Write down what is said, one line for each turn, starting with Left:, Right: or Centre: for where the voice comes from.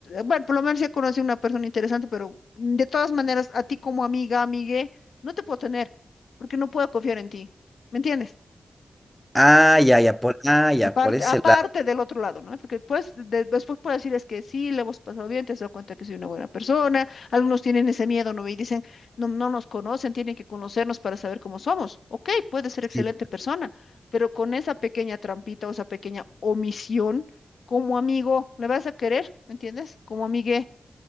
Left: bueno, por lo menos ya conocí a una persona interesante, pero de todas maneras, a ti como amiga, amigue, no te puedo tener, porque no puedo confiar en ti, ¿me entiendes?
Centre: Ah, ya, ya, por, ah, ya,
Left: Aparte,
Centre: por ese
Left: aparte
Centre: lado.
Left: del otro lado, ¿no? Porque pues, de- después puedo decirles que sí, le hemos pasado bien, te has dado cuenta que soy una buena persona. Algunos tienen ese miedo, ¿no? Y dicen, no, no nos conocen, tienen que conocernos para saber cómo somos. Ok, puede ser excelente
Centre: Sí,
Left: persona, pero con esa pequeña trampita o esa pequeña omisión, como amigo, le vas a querer, ¿me entiendes? Como amigue,